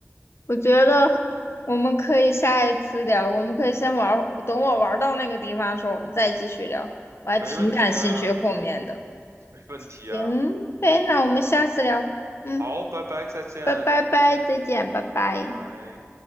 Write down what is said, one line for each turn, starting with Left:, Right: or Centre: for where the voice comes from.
Left: 我觉得我们可以下一次聊，我们可以先玩儿，等我玩到那个地方的时候，我们再继续聊。我还挺感兴趣后面的。
Right: 没问题啊，没问题啊。
Left: 行呗，那我们下次聊。嗯，
Right: 好，拜拜，再见，
Left: 拜拜拜，再见，拜拜。
Right: 拜拜。